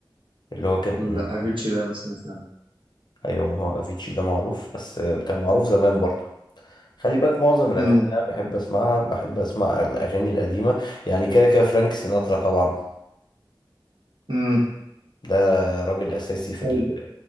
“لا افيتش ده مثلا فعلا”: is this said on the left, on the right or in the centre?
Right